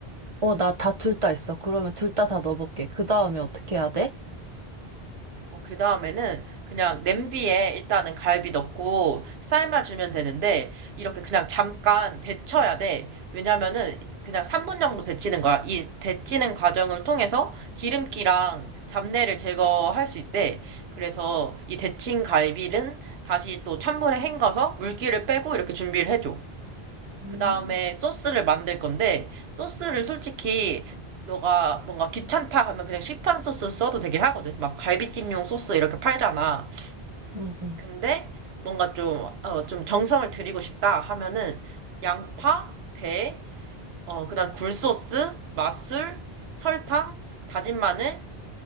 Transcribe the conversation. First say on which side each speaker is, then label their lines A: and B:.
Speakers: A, on the right (about 35°); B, on the right (about 80°).
A: 어, 나 다 둘 다 있어. 그러면 둘 다 다 넣어볼게. 그 다음에 어떻게 해야 돼?
B: 어, 그 다음에는 그냥 냄비에 일단은 갈비 넣고 삶아주면 되는데, 이렇게 그냥 잠깐 데쳐야 돼. 왜냐면은 그냥 3분 정도 데치는 거야. 이 데치는 과정을 통해서 기름기랑 잡내를 제거할 수 있대. 그래서 이 데친 갈비는 다시 또 찬물에 헹궈서 물기를 빼고 이렇게 준비를 해줘.
A: 음.
B: 그다음에 소스를 만들 건데 소스를 솔직히 너가 뭔가 귀찮다 하면 그냥 시판 소스 써도 되긴 하거든. 막 갈비찜용 소스 이렇게 팔잖아.
A: 응, 응.
B: 근데 뭔가 좀, 어, 좀 정성을 들이고 싶다 하면은 양파, 배, 어, 그다음 굴소스, 맛술, 설탕, 다진 마늘,